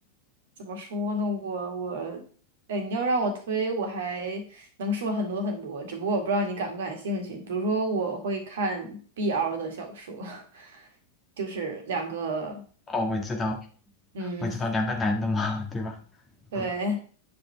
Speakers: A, on the right (about 60°); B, on the left (about 20°).
A: 怎么说呢？我我，哎，你要让我推，我还能说很多很多，只不过我不知道你感不感兴趣。比如说，我会看 BL 的小说，<laughs> 就是两个，
B: 哦，我知道，
A: 嗯，
B: 我知道两个男的嘛，对吧？
A: 对。
B: 嗯，